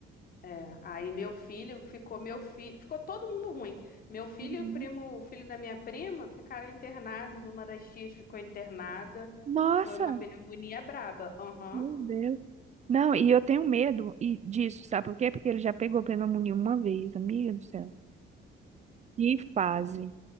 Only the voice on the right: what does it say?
Uhum.
Nossa,
meu Deus. Não, e eu tenho medo e disso, sabe por quê? Porque ele já pegou pneumonia uma vez, amiga do céu. Que fase.